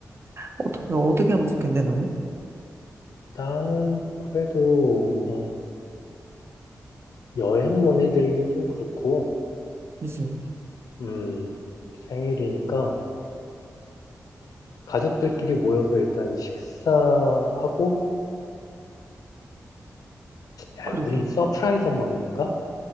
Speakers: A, on the right (about 45°); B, on the left (about 85°).
A: 어떻게, 어떻게 하면 좋겠네, 너는?
B: 나는 그래도, 어, 여행 보내드리긴 좀 그렇고,
A: 그지?
B: 음, 생일이니까 가족들끼리 모여서 일단 식사하고, 야,
A: 그러게.
B: 우리 서프라이즈 한번 해볼까?